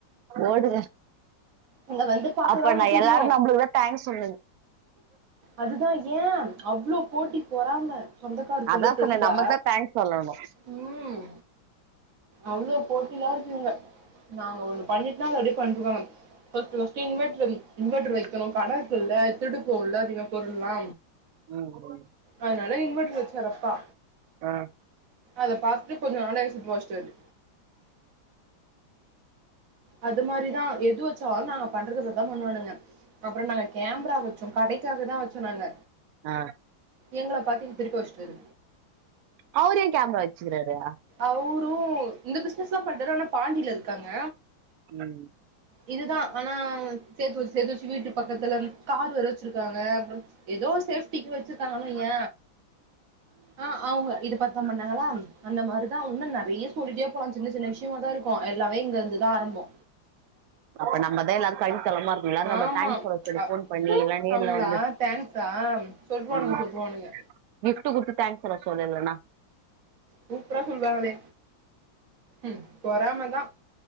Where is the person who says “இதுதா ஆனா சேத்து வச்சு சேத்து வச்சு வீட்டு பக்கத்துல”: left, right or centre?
Right